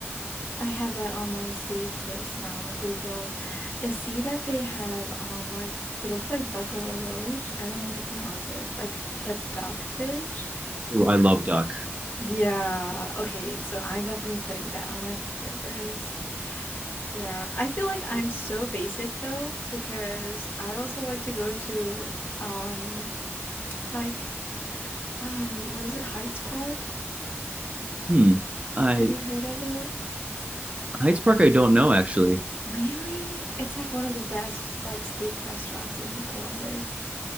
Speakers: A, on the left; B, on the right.
A: I have that on my saved list now on Google. I see that they have um like it looks like duck à la roche. I don't know how to pronounce it. Like a duck dish.
B: Ooh, I love duck.
A: Yeah. Okay, so I'm definitely putting that on my bucket list. Yeah. I feel like I'm so basic though because I also like to go to um like um what is it? Heights Park?
B: Hmm. I
A: Have you heard of it?
B: Heights Park I don't know actually.
A: Really? It's like one of the best like steak restaurants in Columbus.